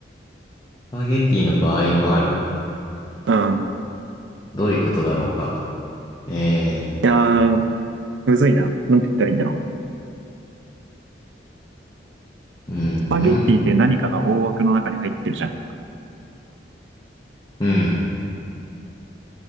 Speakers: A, on the left; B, on the right.
A: スパゲッティの場合もある。
B: うん。
A: どういうことだろうか。えー、
B: いやー、むずいな。なんて言ったらいいんだろ
A: うーん、
B: う。スパゲッティって何かが大枠の中に入ってるじゃん。
A: うん。